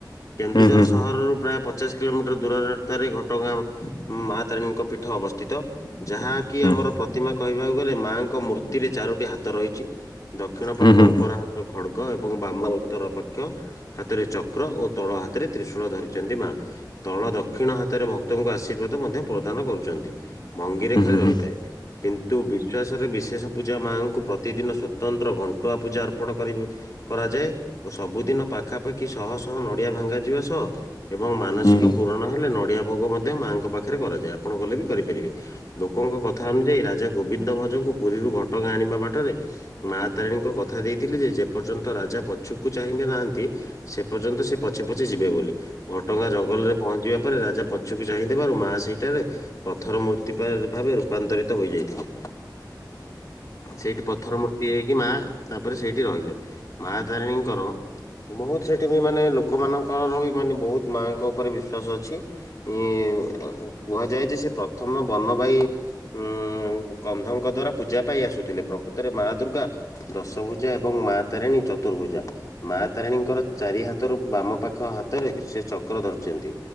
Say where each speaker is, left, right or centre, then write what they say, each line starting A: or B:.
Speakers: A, on the left; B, on the left.
A: କେନ୍ଦୁଝର
B: ହୁଁ
A: ସହରରୁ ପ୍ରାୟ ପଚାଶ କିଲୋମିଟର ଦୂରରେ ତାରେ ଘଟଗାଁ ମା ତାରିଣୀଙ୍କ ପୀଠ ଅବସ୍ଥିତ। ଯାହା କି
B: ହୁଁ
A: ଆମର ପ୍ରତିମା କହିବାକୁ ଗଲେ ମାଆଙ୍କ ମୂର୍ତ୍ତି ରେ ଚାରୋଟି ହାତ ରହିଚି। ଦକ୍ଷିଣ
B: ହୁଁ
A: ପାଖ
B: ହୁଁ ହୁଁ
A: ଉପର
B: ହୁଁ
A: ହାତ ଖଡ୍ଗ ଏବଂ ବାମ ଉତର ପକ୍ଷ ହାତରେ ଚକ୍ର ଓ ତଳ ହାତରେ ତ୍ରିଶୂଳ ଧରିଚନ୍ତି ମା। ତଳ ଦକ୍ଷିଣ ହାତରେ ଭକ୍ତଙ୍କୁ ଆଶୀର୍ବାଦ ମଧ୍ୟ ପ୍ରଦାନ କରୁଚନ୍ତି। ଭଙ୍ଗିରେ
B: ହୁଁ
A: ଖାଲି
B: ହୁଁ ହୁଁ
A: ରହିଥାଏ।
B: ହୁଁ ହୁଁ ହୁଁ ହୁଁ ହୁଁ ହୁଁ ହୁଁ ହୁଁ ହୁଁ
A: କିନ୍ତୁ ବିଶ୍ୱାସରେ ବିଶେଷ ପୂଜା ମାଙ୍କୁ ପ୍ରତିଦିନ ସତନ୍ତ୍ର ଘଣ୍ଟୁଆ ପୂଜା ଅର୍ପଣ କରିବ। କରାଯାଏ। ଓ ସବୁଦିନ ପାଖାପାଖି ଶହ ଶହ ନଡିଆ ଭାଙ୍ଗାଯିବା ସହ ଏବଂ ମାନସିକ
B: ହୁଁ ହୁଁ
A: ପୂରଣ। ହେଲେ ନଡ଼ିଆ ଭୋଗ ମଧ୍ୟ ମାଙ୍କ ପାଖରେ କରାଯାଏ। ଆପଣ ଗଲେ ବି କରିପାରିବେ। ଲୋକଙ୍କ କଥା ଅନୁଯାୟୀ ରାଜା। ଗୋବିନ୍ଦ ଭଞ୍ଜ ଙ୍କୁ ପୁରୀରୁ ଘଟଗାଁ ଆଣିବା ବାଟରେ। ମା ତାରିଣୀଙ୍କ କଥା ଦେଇଥିଲେ ଯେ ଯେପର୍ଯ୍ୟନ୍ତ ରାଜା ପଛୁକୁ ଚାହିଁବେ ନାହାନ୍ତି ସେ ପର୍ଯ୍ୟନ୍ତ ସେ ପଛେ ପଛେ ଯିବେ ବୋଲି ଘଟଗାଁ ଜଙ୍ଗଲରେ। ପହଞ୍ଚିବା ପରେ, ରାଜା ପଛକୁ ଚାହିଁ ଦେବାରୁ ମା ସେହିଠାରେ। ପ୍ରଥର ମୂର୍ତ୍ତି ପା ଭାବେ ରୂପାନ୍ତରିତ ହୋଇଯାଇଥିଲେ। ସେଇଠି ପଥର ମୂର୍ତ୍ତି ହେଇକି ମା ତାପରେ ସେଇଠି ରହିଲେ ମା ତାରିଣୀଙ୍କର। ବହୁତ ସେଠି ବି ମାନେ ଲୋକମାନଙ୍କର ବି, ମାନେ ବହୁତ ମାଆଙ୍କ ଉପରେ ବିଶ୍ଵାସ ଅଛି। ଉଁ ଏ କୁହାଯାଏ ଯେ ସେ ପ୍ରଥମ ବନବାହି। ଉଁ କନ୍ଧଙ୍କ ଦ୍ଵାରା ପୂଜା ପାଇ ଆସୁଥିଲେ, ପ୍ରକୃତରେ ମା ଦୁର୍ଗା। ଦଶ ଭୁଜା ଏବଂ ମା ତାରିଣୀ ଚତୁ ରୁ ର୍ଭୁଜା ମା ତାରିଣୀଙ୍କର ଚାରି ହାତରୁ ବାମ ପାଖ ହାତରେ ସେ ଚକ୍ର ଧରିଛନ୍ତି।